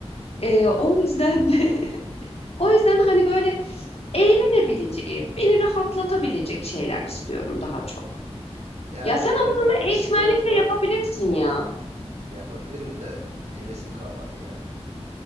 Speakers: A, on the left; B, on the right.
A: Ee, o yüzden de <laughs> o yüzden hani böyle eğlenebileceğim, beni rahatlatabilecek şeyler istiyorum daha çok.
B: Ya
A: Ya sen
B: eğlenmek
A: aslında
B: istiyorsan
A: eğitmenlik de yapabilirsin ya.
B: yapabilirim de hevesim kalmadı ya.